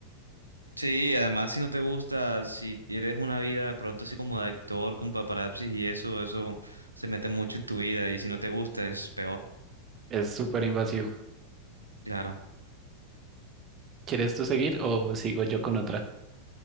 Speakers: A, on the right; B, on the right.
A: Sí, además si no te gusta, si eres una vida de pronto así como de actor, con paparazzi y eso, eso se mete mucho en tu vida y si no te gusta es peor,
B: Es súper invasivo.
A: claro.
B: ¿Quieres tú seguir o sigo yo con otra?